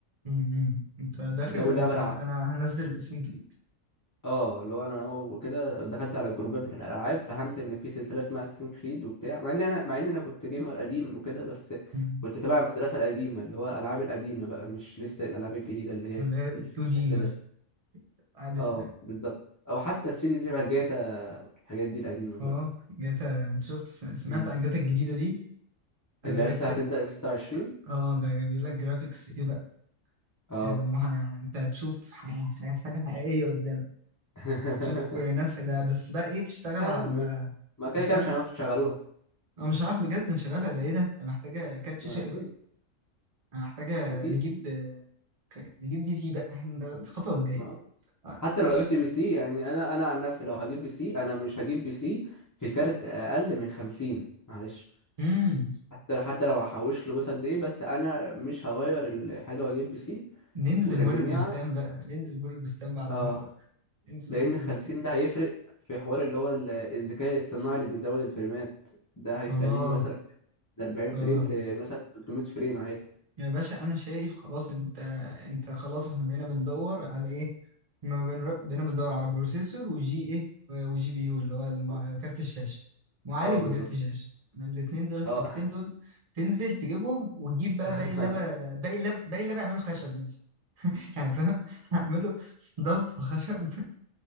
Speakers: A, on the right; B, on the left.
A: مم. انت داخل
B: دي اول
A: انت
B: لعبه
A: انا هنزل اساسين كريد
B: اه اللي هو انا وكده دخلت على الجروبات بتاعت الالعاب فهمت ان في سلسله اسمها اساسن كريد وبتاع مع ان انا مع ان انا كنت جيمر قديم وكده بس
A: مم.
B: كنت تبع المدرسه القديمه اللي هو الالعاب القديمه بقى مش لسه الالعاب الجديده اللي هي
A: اللي هي 2
B: ال- بالشكل
A: دي مثلا
B: ده
A: قعدت
B: اه بالظبط او حتى 3 دي شبه جاتا الحاجات دي القديمه برضه
A: اه جاتا انت شفت سمعت
B: مم.
A: عن جاتا الجديدة دي هيقول
B: اللي
A: لك
B: لسه هتنزل في 26
A: اه ده بيقول لك جرافيكس ايه بقى
B: اه
A: آه، مه- انت هتشوف ح- ح- حاجة حقيقية قدام
B: <laughs>
A: تشوف ناس ده بس بقى ايه تشتغل
B: يا عمي
A: على
B: ما كده
A: تشتغل
B: كده مش هنعرف نشغلوها
A: انا مش هنعرف بجد نشغلها ده ايه ده ده محتاجه كارت شاشه
B: ما
A: ايه
B: اكيد
A: بقى أنا محتاجه
B: اكيد
A: نجيب ك- نجيب بي سي بقى <laughs> احنا ده الخطوه الجايه
B: ما آه.
A: آه،
B: حتى
A: خطوه
B: لو جبت بي سي يعني انا انا عن نفسي لو هجيب بي سي انا مش هجيب بي سي في كارت اقل من 50 معلش
A: امم
B: حتى حتى لو هحوش له بس قد ايه بس انا مش هغير الحاجه واجيب بي سي
A: ننزل
B: وكجميع
A: مول البستان بقى ننزل مول البستان بعد
B: اه
A: الحوار ده. ننزل
B: لان
A: مول البستان
B: 50 ده هيفرق في حوار اللي هو ال- الذكاء الاصطناعي اللي بيزود الفريمات ده هيخليني
A: اه
B: مثلا من 40 فريم
A: اه
B: لمثلا 300 فريم عادي
A: يا باشا انا شايف خلاص انت انت خلاص احنا بقينا بندور على ايه ما بنر- بقينا بندور على بروسيسور وجي ايه آه، وجي بي يو اللي هو المع...
B: اه
A: كارت الشاشه معالج
B: آه، بالظبط
A: وكارت الشاشه انا الاثنين دول الحاجتين
B: اه
A: دول تنزل تجيبهم وتجيب بقى
B: <laughs>
A: باقي اللابا باقي اللاب باقي اللاب يعملوا خشب مثلا <laughs> يعني فاهم هعملوا ضلف خشب <laughs>